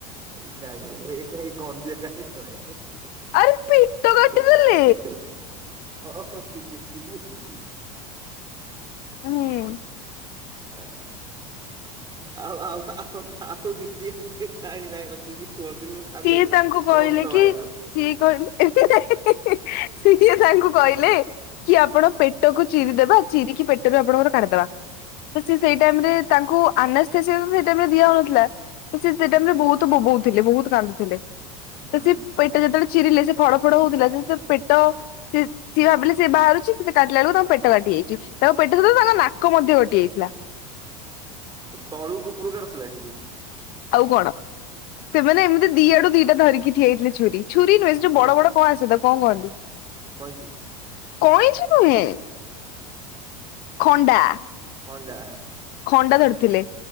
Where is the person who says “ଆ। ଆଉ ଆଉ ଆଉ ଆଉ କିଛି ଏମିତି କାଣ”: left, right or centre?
Right